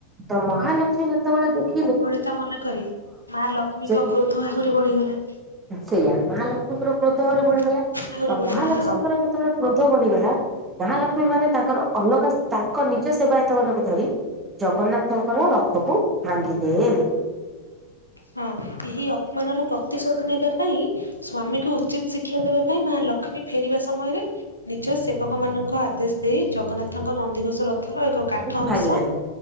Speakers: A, on the right; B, on the left.
A: ତ ମହାଲକ୍ଷ୍ମୀ ଯେତେବେଳେ ଦେଖି
B: ଭଳିତା ମନାେ କରି ମା ଲକ୍ଷ୍ମୀଙ୍କ
A: ଯେ
B: କ୍ରୋଧ ଆହୁରି ବଢିଗଲା।
A: ସେଇଆ ମହାଲକ୍ଷ୍ମୀଙ୍କର କ୍ରୋଧ
B: ହଁ
A: ଆହୁରି ବଢିଗଲା
B: ଆହୁରି
A: ତ
B: ବଢିଗଲା
A: ମହାଲକ୍ଷ୍ମୀଙ୍କର
B: ହଁ
A: ଯେତେବେଳେ କ୍ରୋଧ ବଢିଗଲା ମହାଲକ୍ଷ୍ମୀ ମାନେ ତାଙ୍କର ଅଲଗା ତାଙ୍କ ନିଜ ସେବାୟତମାନଙ୍କୁ ଧରି ଜଗନ୍ନାଥଙ୍କର ରଥକୁ ଭାଙ୍ଗିଦେଲେ।
B: ହଁ ଏହି ଅପମାନର ପ୍ରତିଶୋଧ ନେବା ପାଇଁ ସ୍ଵାମୀଙ୍କୁ ଉଚିତ ଶିକ୍ଷା ଦେବା ପାଇଁ ମା ଲକ୍ଷ୍ମୀ ଫେରିବା ସମୟରେ ନିଜ ସେବକମାନଙ୍କ ଆଦେଶ ଦେଇ ଜଗନ୍ନାଥଙ୍କ ନନ୍ଦିଘୋଷ ରଥ ଥର ଏକ କାଠ
A: ଭାଙ୍ଗିଦେଲେ
B: ଅଂଶ